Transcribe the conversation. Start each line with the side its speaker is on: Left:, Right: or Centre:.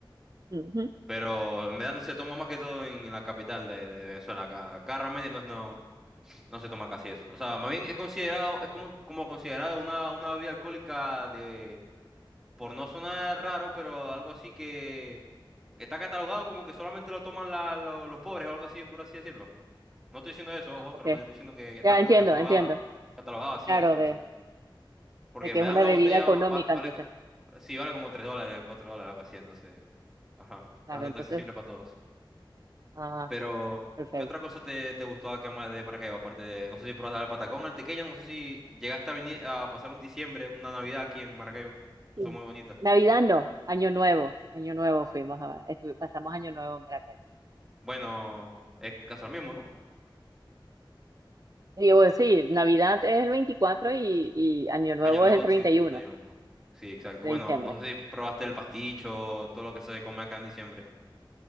Right: Ujú.
Centre: Pero en verdad no se toma más que todo en, en la capital de, de Venezuela, acá, acá realmente no, no, no se toma casi eso. O sea, más bien es considerado, es como, como considerado una, una bebida alcohólica de, por no sonar raro, pero algo así que, que está catalogado como que solamente lo toman la- lo- los pobres o algo así, por así decirlo. No estoy diciendo eso, ojo,
Right: Ok.
Centre: solamente estoy diciendo que está
Right: Ya
Centre: como
Right: entiendo,
Centre: catalogado,
Right: entiendo.
Centre: catalogado así
Right: Claro,
Centre: aquí,
Right: de,
Centre: no sé por qué. Porque
Right: de que
Centre: me
Right: es una
Centre: da una
Right: bebida
Centre: botella,
Right: económica,
Centre: val- vale,
Right: entonces.
Centre: co- sí, vale como 3 dólares, 4 dólares, algo así, entonces, ajá,
Right: Claro,
Centre: es bastante
Right: entonces.
Centre: accesible para todos.
Right: Ah,
Centre: Pero,
Right: perfecto.
Centre: ¿qué otra cosa te, te gustó acá en Ma- de Maracaibo? Aparte de, no sé si probaste el patacón, el tequeño, no sé si llegaste a, venir, a pasar un diciembre, una Navidad aquí en Maracaibo.
Right: Sí.
Centre: Son muy bonitas.
Right: Navidad no, Año Nuevo. Año Nuevo fuimos a, estuvi- pasamos Año Nuevo en Maracay.
Centre: Bueno, es casi lo mismo, ¿no?
Right: Y bueno, sí, Navidad es el 24 y, y Año Nuevo
Centre: Año nuevo,
Right: es el treinta
Centre: sí, treinta
Right: y uno
Centre: y uno Sí, exacto.
Right: de
Centre: Bueno,
Right: diciembre.
Centre: no sé si probaste el pasticho, todo lo que se come acá en diciembre.